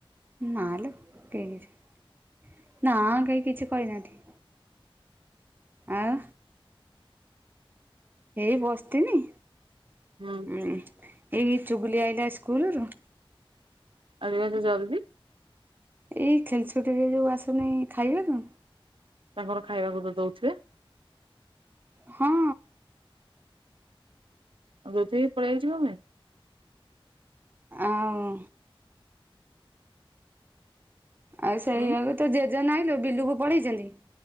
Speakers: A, on the right (about 20°); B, on the right (about 65°).
A: ନାଲ କେଇ କିଛି ନାଁ କେହି କିଛି କହିନାନ୍ତି। ଆଉ? ହେଇ ବସିଥନିଁ।
B: ହୁଁ
A: ହମ୍ ଏଇ ଚୁଗୁଲି ଆଇଲା ସ୍କୁଲରୁୁ।
B: ଆଜି ଙ୍କ ଏତେ ଜଲ୍ଦି?
A: ଏଇ ଖେଲଛୁଟିରେ ଯୋଉ ଆସୁନେଇ ଖାଇବାକୁ।
B: ତାଙ୍କର ଖାଇବାକୁ ତ ଦଉଥୁବେ।
A: ହଁ
B: ଆଉ ରଥି ପଳେଇଯିବମେ
A: ଆଉ ଆଉ ସେଇଆକୁ
B: ହୁଁ
A: ତ ଜେଜେ ନାଇଲୁ ବିଲୁକୁ ପଳେଇଛନ୍ତି।